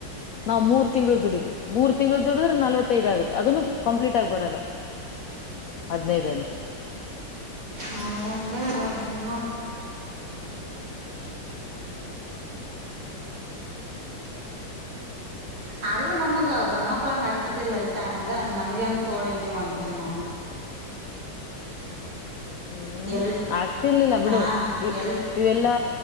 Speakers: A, on the left; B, on the right.
A: ನಾವವು್ ಮೂರ್ ತಿಂಗಳು ದುಡ್ವಿ ಮೂರ್ ತಿಂಗಳು ದುಡಿದ್ರೆ ನಲ್ವತ್ತೈದು್ ಆಗುತ್ತೆ ಅದನ್ನು ಕಂಪ್ಲೀಟ್ ಬರಲ್ಲ ಹದಿನೈದು
B: ನವಗಂಗ ನೋಡಿ
A: ಹ್ಮ್
B: ಆದ್ರೂ ನಮಗ ಗಂಡ್ಮಕ್ಳ ಹಂಗ ಅಕಿದಿಿಲ್ಲಲ ಅಲ್ತ ಹಂಗ ನಮಗ ಹೆಂಗ ತೋಳಿಲ್ ನೀವ ಅಂತೀ ನ
A: ಹ್ಮ್
B: ಎಲ್
A: ಆಗ್ತಿರ್ಲಿಲ್ಲ ಬಿಡು
B: ಹಾ ಎಲ್
A: ಇವೆಲ್ಲಾ